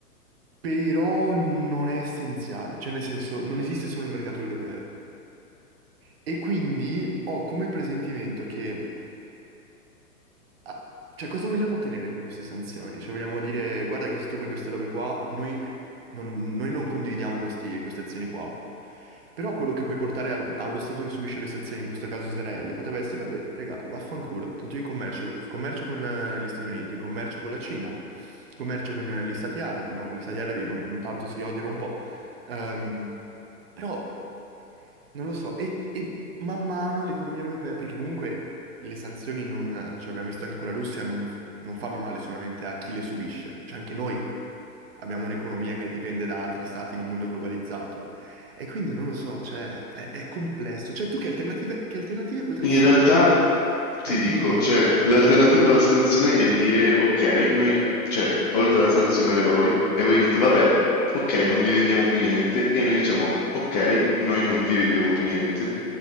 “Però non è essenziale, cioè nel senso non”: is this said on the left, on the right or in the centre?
Right